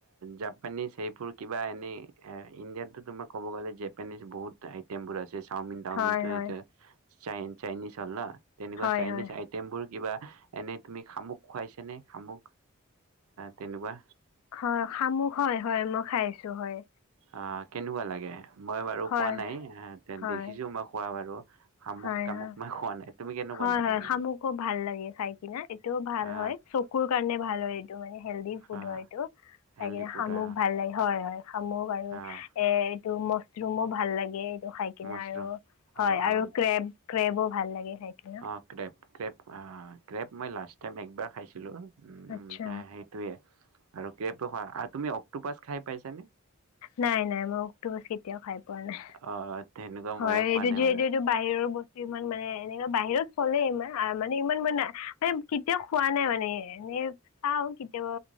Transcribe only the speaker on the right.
জাপানিজ সেইবোৰ কিবা এনেই ইণ্ডিয়াতো তোমাৰ ক'ব গ'লে জোপানিজ বহুত আইটেমবোৰ আছে চাওমিন টাওমিনটো
এতিয়া চাই চাইনিজ হ'ল ন তেনেকুৱা
চাইনিজ
আইটেম বোৰ কিবা এনেই তুমি শামুক খুৱাইছনে শামুক তেনেকুৱা
অঁ কেনেকুৱা লাগে মই বাৰু
খোৱা নাই
দেখিছো মই খোৱা বাৰু শামুক
তামুক
মই খোৱা নাই তুমি কেনেকুৱা
লাগে
এইবোৰ
আহ
আহ
হেল্ডি
ফুড
আহ
আহ
মাছৰুম
অ অ
অ ক <unintelligible> ক্ৰেপ ক্ৰেপ মই লাষ্ট টাইম একবাৰ খাইছিলোঁ সেইটোৱে
আৰু আৰু তুমি অক্টোপাছ খাই পাইছানে
অ তেনেকুৱা
ময়ো খোৱা
নাই
বাৰু